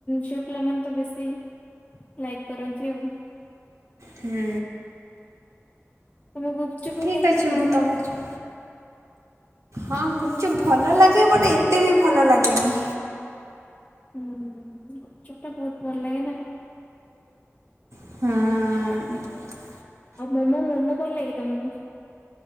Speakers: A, on the left; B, on the right.
A: ଝିଅ ପିଲାମାନେ ତ ବେଶୀ ଲାଇକ୍ କରନ୍ତି ଆଉ।
B: ହୁ
A: ତମକୁ ଗୁପଚୁପ୍ ଭଲ
B: ଠିକ୍
A: ଲାଗେ
B: ଅଛି
A: ନା ନାଇଁ?
B: ମୁଁ ତୁମକୁ ହଁ ଗୁପଚୁପ ଭଲ ଲାଗେ ବଟ ଏତେ ବି ଭଲ ଲାଗେନି।
A: ହୁଁ ଗୁପଚୁପ ଟା ବହୁତ ଭଲ ଲାଗେ ନା।
B: ହଁ
A: ଆଉ ମୋମୋ ମୋମୋ ଭଲ ଲାଗେ ତମକୁ?